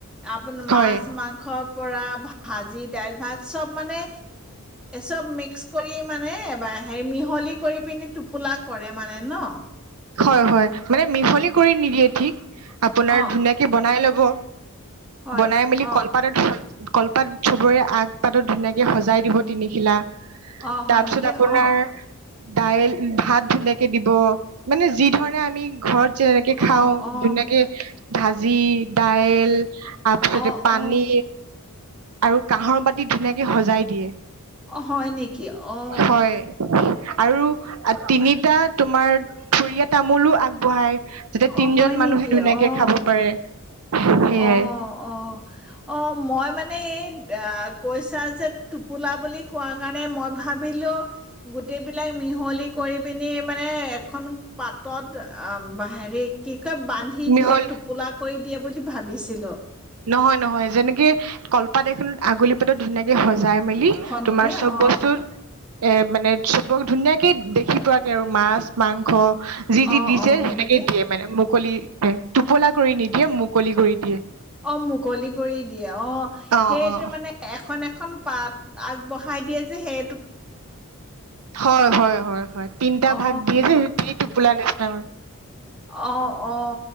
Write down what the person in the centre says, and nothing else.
আপোন
মাছ মাংসৰ পৰা ভাজি দাইল ভাত চব মানে চব মিক্স কৰি মানে এবাৰ হে মিহলি কৰি পিনি টোপোলা কৰে মানে ন
অ
হয়
অ
অ হয়
নেকি
অ
অ
অ
অ
অ
অ হয় নেকি অ
অ
হয়
নেকি?
অ
অ
অ অ মই মানে এই কৈছা যে টোপোলা বুলি কোৱা কাৰণে মই ভাবিলো গোটেইবলাক মিহলি কৰি পিনি মানে এখন পাতত হেৰি কি বান্ধি
দিয়ে টোপোলা কৰি দিয় বুলি ভাবিছিলো
হয়
নেকি
অ
অ
অ হয়
নেকি
অ মুকলি কৰি দিয়ে অ
সেইটো
মানে এখন এখন পাত আগবঢ়াই দিয়ে যে সেই
অ
আহ অ